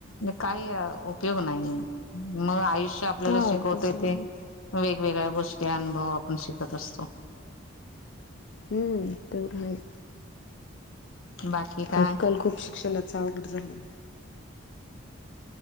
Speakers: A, on the left; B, on the left.
A: काही उपयोग नाहीये मग आयुष आपल्याला
B: हा
A: शिकव
B: तस
A: ते
B: आहे ना
A: वेगवेगळ्या गोष्टी अनुभव आपण शिकत असतो
B: हम्म तेवढय
A: बाकी काय?
B: आजकाल खूप शिक्षणाचा आवघड झाली